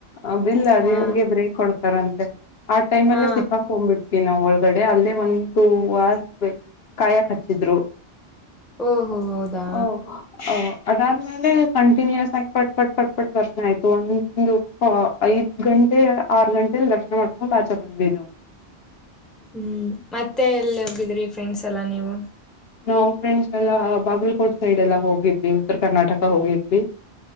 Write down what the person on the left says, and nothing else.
ಅ ಬಿಲ್ಲ
ದೇವ್ರಿಗೆ ಬ್ರೇಕ್ ಕೊಡ್ತಾರಂತ್ <unintelligible> ಆ ಟೈಮಲ್ಲೇ
ಸಿಕ್ಕಾಕ್ಕೊಂಬಿಟ್ವಿ ನಾವ್ ಒಳಗ್ ಗಡೆ ಅಲ್ಲೇ ಒಂದ್ ಟೂ ಹಾರ್ಸ್ ವೇ ಕಾಯಕ್ ಹಚ್ಚಿದ್ರು.
ಒಓ <unintelligible> ಅದಾದ್ಮೇಲೆ ಕಂಟಿನ್ಯೂಯಸ್ ಆಗಿ ಪಟ್ ಪಟ್ ಪಟ್ ಪಟ್ ದರ್ಶ್ನ ಆಯ್ತು ಒಂದು ಐದ್ ಗಂಟೆ ಆರ್ ಗಂಟೆಲ್ ದರ್ಶ್ನ ಮಾಡ್ಕೊಂಡ್ ಆಚೆ ಬಂದ್ವಿ ನಾವು.
ನಾವ್ ಫ್ರೆಂಡ್ಸ್ ಎಲ್ಲಾ ಬಾಗಲ್ಕೋಟ್ ಸೈಡ್ ಎಲ್ಲ ಹೋಗಿದ್ವಿ ಉತ್ತರ ಕರ್ನಾಟಕ ಹೋಗಿದ್ವಿ.